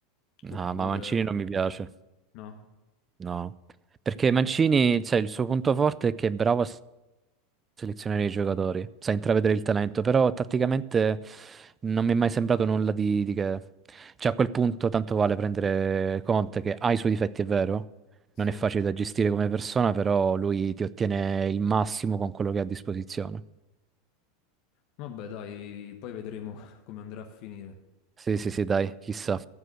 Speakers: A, on the right (about 25°); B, on the left (about 60°).
A: No,
B: oppure
A: ma Mancini non mi piace.
B: no.
A: No. Perché Mancini, cioè, il suo punto forte è che è bravo a s- selezionare i giocatori, sa intravedere il talento, però tatticamente non mi è mai sembrato nulla di, di che. Cioè, a quel punto tanto vale prendere Conte, che ha i suoi difetti, è vero,
B: Sì.
A: non è facile da gestire come persona, però lui ti ottiene il massimo con quello che ha a disposizione.
B: Vabbè, dai, poi vedremo <laughs> come andrà a finire.
A: Sì, sì, sì, dai, chissà.